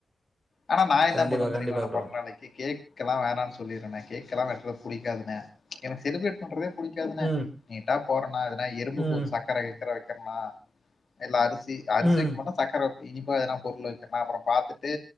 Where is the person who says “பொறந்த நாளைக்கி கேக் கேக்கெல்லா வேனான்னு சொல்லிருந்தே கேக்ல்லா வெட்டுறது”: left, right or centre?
Left